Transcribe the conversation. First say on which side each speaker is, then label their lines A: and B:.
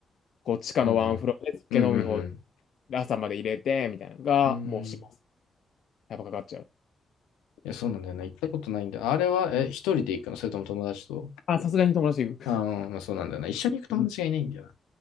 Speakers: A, on the left; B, on the left.
A: こう地下のワンフロアで酒飲み放
B: うん。うんうん
A: 題朝まで入れてみたいなのがもうします。
B: うん。うん。
A: やっぱかかっちゃう。
B: いや、そうなんだよな、行ったことないんだよ。あれは、え、一人で行くのそれとも友達と
A: あ、さすがに友達と行く。
B: ああー、まあそうなんだよな。一緒に行く友達がいないんだよな。
A: うん